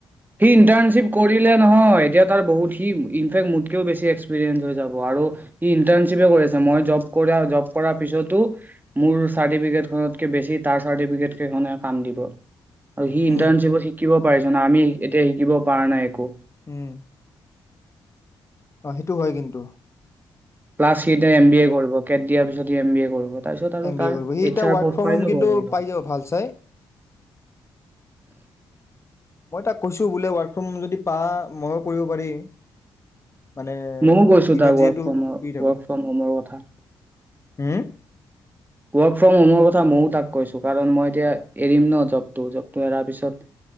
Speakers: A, on the right; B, on the left.
A: সি ইন্টাৰ্শ্বি কৰিলে নহয় এতিয়া তাৰ বহুত সি ইনেক্ মোতকেও বেছি এক্সপেৰিয়েঞ্চ হৈ যাব আৰু সি ইন্টাৰ্নশিপ হে কৰিছে ম‌ই জব কৰা জব কৰা পিছতো মোৰ চাৰ্টিফিকেটখনতকে বেছি তাৰ চাৰ্টিফিকেট কেইখন হে কাম দিব। আৰু সি
B: উম
A: ইটাৰ্নশিপত শিকিব পাৰি যে আমি এতিয়া শিকিব পৰা নাই একো
B: উম অ সেইটো হয় কিন্তু
A: প্লাছ সি এতিয়া এম বি এ কৰিব। কেট দিয়াৰ পিছত ই এমবিএ কৰিব। তাৰপিছত আৰু
B: এম বি
A: তাৰ
B: এ কৰিব। সি এতিয়া
A: এইচ
B: ওয়াৰ্ক
A: আৰ পষ্ট
B: ফ্ৰম
A: পাই
B: হোম
A: যাব
B: কিন্তু
A: আৰু সি
B: পাই যাব ভাল চাই। মই তাক কৈছোঁ, বোলে ৱৰ্ক ফ্ৰম যদি পা ম‌য়ো কৰিব পাৰি। মানে
A: ময়ো কৈছোঁ
B: দিনত
A: তাৰ
B: যিহেতু
A: ৱৰ্ক ফ্ৰৰ
B: শুই
A: ৱৰ্ক ফ্ৰম হোমৰ কথা
B: উম
A: ওৱাৰ্ক ফ্ৰম হোমৰ কথা ময়ো তাক কৈছোঁ, কাৰণ মই এতিয়া এৰিম ন জবটো। জবটো এৰাৰ পিছত,